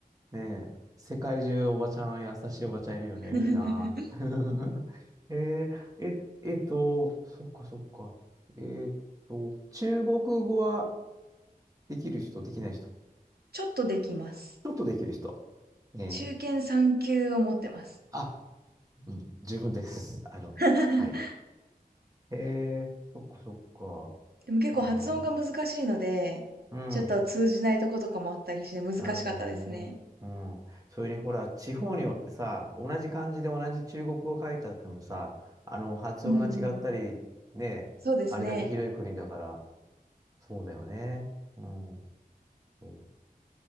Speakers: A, on the right; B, on the right.
A: ね、世界中おばちゃん、優しいおばちゃんいるよね。
B: <laughs>
A: いいな。<laughs> へえ、え、えっと、そっかそっか。えっと、中国語はできる人、できない人。
B: ちょっとできます。
A: ちょっとできる人。ねえー
B: 中堅3級を持ってます。
A: あ、うん、十分です。あの、
B: <laughs>
A: はい。へえ、そっかそっか。
B: でも結構発音が難しいので、
A: えー、うん。
B: ちょっと通じないとことかもあったりして難しかったですね。
A: なるほどね。うん。それにほら、地方によってさ、同じ漢字で同じ中国語を書いてあってもさ、あの、発音が違ったり、
B: うんうん。
A: ね、
B: そうですね。
A: あれだけ広い国だから、そうだよね。うん。そう。